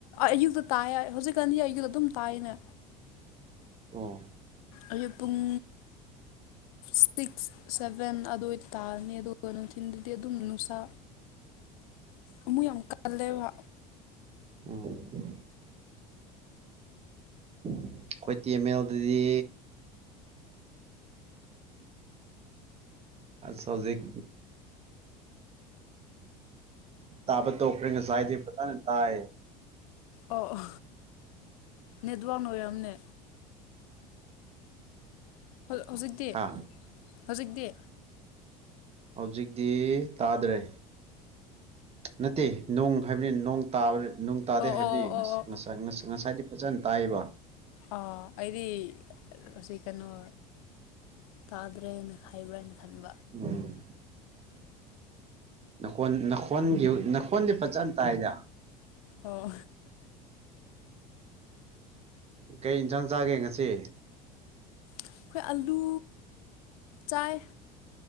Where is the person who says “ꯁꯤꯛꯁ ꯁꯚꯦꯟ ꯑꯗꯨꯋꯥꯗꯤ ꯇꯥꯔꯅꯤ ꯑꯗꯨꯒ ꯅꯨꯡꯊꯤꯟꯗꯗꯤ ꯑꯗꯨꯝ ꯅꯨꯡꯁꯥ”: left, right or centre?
Left